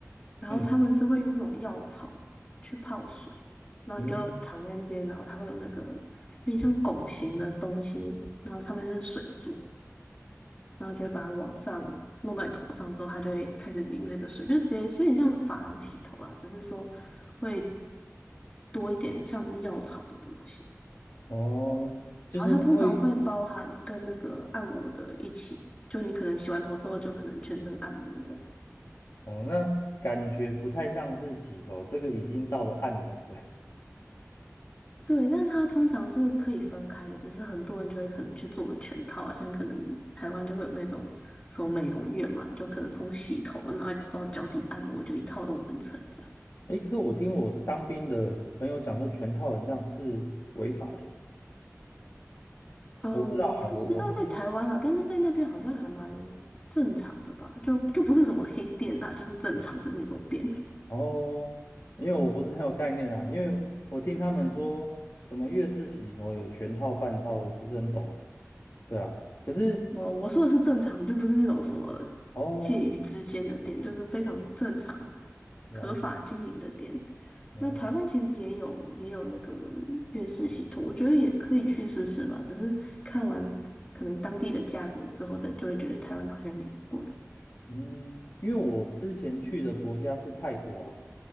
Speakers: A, on the left (about 20°); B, on the left (about 55°).
A: 然后他们是会用那种药草去泡水，
B: 嗯
A: 然后你就躺在那边，
B: 嗯，
A: 然后它会有那个有点像拱形的东西，然后上面是水柱，然后就会把它往上弄到你头上之后，它就会开始淋那个水，就直接有点像发廊洗头啦，只是说会多一点像是药草的东西。
B: 哦，就是他会，
A: 然后它通常会包含跟那个按摩的一起，就你可能洗完头之后就可能全身按摩这样。
B: 哦，那感觉不太像是洗头，这个已经到了按摩了。
A: 对，但它通常是可以分开的，只是很多人就会可能去做个全套啊，像可能台湾就会有那种什么美容院嘛，你就可能从洗头然后一直做到脚底按摩，就一套都完成这样。
B: 诶，可我听我当兵的朋友讲说，全套很像是违法的诶
A: 呃，
B: 我不知道啊，
A: 我不知道在台湾啊，
B: 我我是听
A: 但是在那边好像还蛮正常的吧，就就不是什么黑店啊，就是正常的那种店。
B: 哦，因为我不是很有概念啊，因为我听他们说什么月式洗头有全套半套，我不是很懂。对啊，可是
A: 哦，我说的是正常，就不是那种什么
B: 哦，
A: 介于之间的店，就是非常正常、
B: 了解
A: 合法经营的店。
B: 了解，
A: 那台湾其实也有也有那个粤式洗头，我觉得也可以去试试吧。只是看完可能当地的价格之后，再就会觉得台湾好像有点贵。
B: 嗯，因为我之前去的国家是泰国啊，